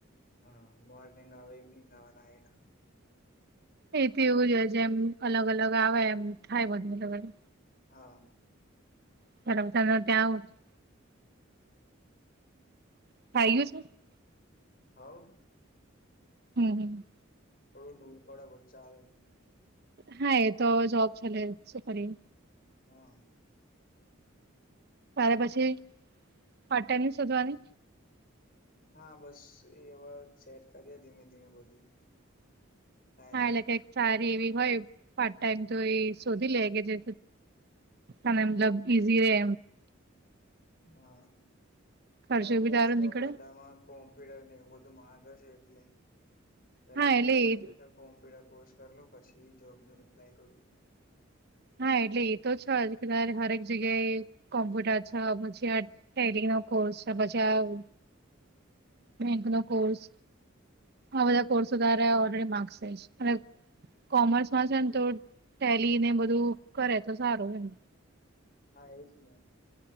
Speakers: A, on the left; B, on the right.
A: હ મોર્નિંગ આવા ઈવિંનીગ આવા નાઈટ આવ.
B: એ તો એવું જ હોય જેમ અલગ અલગ આવે એમ થાય બધને અલગ અલગ
A: હા.
B: <unintelligible> <unintelligible>
A: હઉ
B: હમ હમ.
A: થોડું દૂર પડે બચ્ચા આવે.
B: હા એ તો જોબ છેલે સુપારી.
A: હા.
B: તારે પછી પાર્ટ ટાઈમ ની શોધવાની?
A: હા, બસ એવા સેટ કરીએ ધીમે ધીમે બધું. ટાઈમિંગનું
B: હા, એટલે કઈક સારી એવી હોય પાર્ટ ટાઈમ તો એ શોધી લે કે જે, તને મતલબ રે,
A: હા, બ
B: ખર્ચો
A: એમાં
B: બી
A: બ
B: તારો
A: સ્ટોક
B: નીકળે
A: બધામાં, કોમ્પ્યુટર ને એવ બધું માગે છે, એટલે પેલા
B: હા
A: તો
B: એટલે
A: વિચારે,
B: એ
A: કોમ્પ્યુટર કોર્સ કરલો પછી, જોબ નું એપ્લાય કરું.
B: હા, એટલે એ તો છ. આજ હરેક જગ્યાએ કોમ્પ્યુટર છ પછી, તૈલી નવ કોર્સ ભજા <inaudible> બેંક નો કોર્સ, આ બધા કોર્સો તારે ઓલરેડી માર્ક્સ થાય છે. અને કોમર્સમાં છે, ને તો ટેલીને બધું કરે તો સારું એમ.
A: હા, એજ ને,